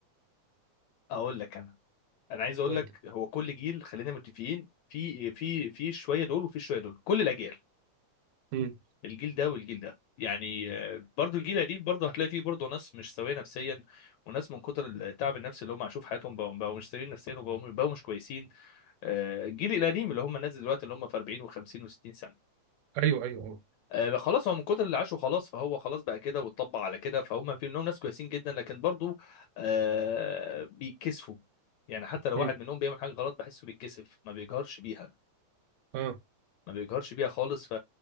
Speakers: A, on the left; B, on the right.
A: اقول لك انا انا عايز اقول
B: قول
A: لك
B: لي
A: هو كل جيل خلينا متفقين في في في شويه دول وفي شويه دول كل الاجيال
B: مم.
A: الجيل ده والجيل ده يعني آه، برضو الجيل القديم برضو هتلاقي فيه برضو ناس مش سويه نفسيا وناس من كتر التعب النفسي اللي هم عاشوه في حياتهم بقوا بقوا مش سويين نفسيا وبقوا بقوا مش كويسين آه، الجيل القديم اللي هم الناس دلوقتي اللي هم في 40 و50 و60 سنه
B: ايوه ايوه ايوه
A: آه، خلاص هو من كتر اللي عاشه خلاص فهو خلاص بقى كده واتطبع على كده فهم في منهم ناس كويسين جدا لكن برضو آه بيتكسفوا يعني حتى لو
B: مم.
A: واحد منهم بيعمل حاجه غلط بحسه بيتكسف ما بيجهرش بيها
B: اه
A: ما بيجهرش بيها خالص ف